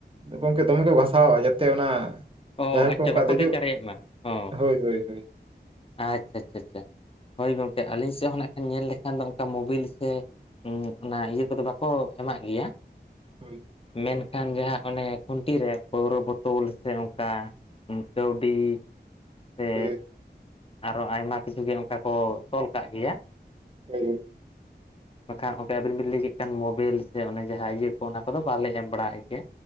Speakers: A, on the right (about 30°); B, on the left (about 30°).
A: ᱜᱚᱝᱠᱮ ᱫᱚᱢᱮ ᱠᱚ ᱜᱷᱟᱥᱟᱣᱟᱜ-ᱟ ᱡᱟᱛᱮ ᱚᱱᱟ
B: ᱚ
A: ᱡᱟᱦᱟᱸᱭ
B: ᱟᱪᱪᱷᱟ
A: ᱠᱚ ᱚᱱᱠᱟ
B: ᱵᱟᱠᱚ
A: ᱫᱮᱡᱚᱜ
B: ᱫᱮᱡ ᱫᱟᱲᱮᱭᱟᱜ ᱢᱟ᱾ ᱚ
A: ᱦᱳᱭ ᱦᱳᱭ ᱦᱳᱭ
B: ᱟᱪᱪᱷᱟ ᱟᱪᱪᱷᱟ ᱟᱪᱪᱷᱟ ᱟᱪᱪᱷᱟ᱾ ᱦᱳᱭ ᱜᱚᱝᱠᱮ, ᱟᱹᱞᱤᱧ ᱥᱮᱫ ᱦᱚᱸ ᱱᱟᱜ ᱠᱷᱟᱱ ᱧᱮᱞ ᱞᱮᱠᱷᱟᱱ ᱫᱚ ᱚᱱᱠᱟ ᱢᱳᱵᱤᱞ ᱥᱮ ᱦᱩᱸ, ᱚᱱᱟ ᱤᱭᱟᱹ ᱠᱚᱫᱚ ᱵᱟᱠᱚ ᱮᱢᱟᱜ ᱜᱮᱭᱟ᱾
A: ᱦᱳᱭ
B: ᱢᱮᱱᱠᱷᱟᱱ ᱡᱟᱦᱟᱸ ᱚᱱᱮ ᱠᱷᱩᱱᱴᱤ ᱨᱮ ᱯᱟᱹᱣᱨᱟᱹ ᱵᱳᱛᱳᱞ ᱥᱮ ᱚ ᱝᱠᱟ ᱠᱟᱹᱣᱰᱤ ᱥᱮ
A: ᱦᱳᱭ
B: ᱟᱨᱚ ᱟᱭᱢᱟ ᱠᱤᱪᱷᱩ ᱜᱮ ᱚᱱᱠᱟ ᱠᱚ ᱛᱚᱞ ᱠᱟᱜ ᱜᱮᱭᱟ᱾
A: ᱡᱟᱭᱦᱩᱠ᱾
B: ᱵᱟᱠᱷᱟᱱ ᱜᱚᱝᱠᱮ ᱟᱵᱤᱱ ᱵᱤᱱ ᱞᱟᱹᱭ ᱠᱮᱫ ᱠᱷᱟᱱ ᱢᱳᱵᱤᱞ ᱥᱮ ᱚᱱᱮ ᱡᱟᱦᱟᱸ ᱤᱭᱟᱹ ᱠᱚ ᱚᱱᱟ ᱠᱚᱫᱚ ᱵᱟᱞᱮ ᱮᱢ ᱵᱟᱲᱟᱜ ᱜᱮᱭᱟ᱾